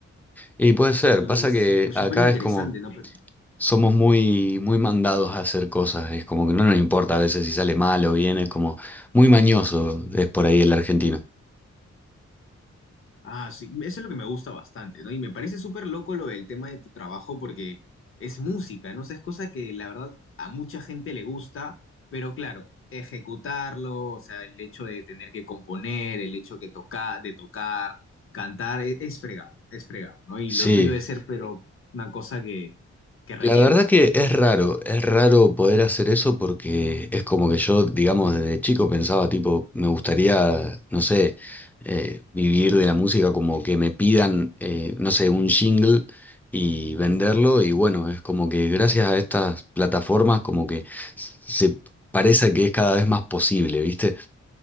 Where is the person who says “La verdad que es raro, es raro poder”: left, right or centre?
Centre